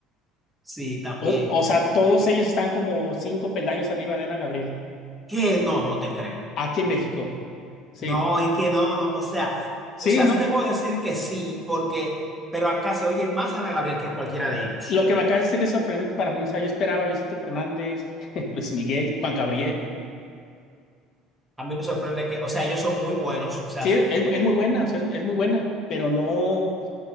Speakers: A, in the centre; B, on the left.
A: sí, también.
B: O, o sea, todos ellos están como cinco peldaños arriba de Ana Gabriel,
A: ¿Qué? No, no te creo.
B: aquí en México. Sí.
A: No, es que no, no, o sea,
B: Sí,
A: o sea,
B: no,
A: sí te puedo
B: eh,
A: decir que sí, porque, pero acá se oye más Ana Gabriel que cualquiera de ellos.
B: lo que me acabas de decir es sorprendente para mí. O sea, yo esperaba a Vicente Fernández, <laughs> Luis Miguel, Juan Gabriel.
A: A mí me sorprende que, o sea, ellos son muy buenos, o sea,
B: Sí,
A: so,
B: es, es muy buena, o sea, es, es muy buena, pero no,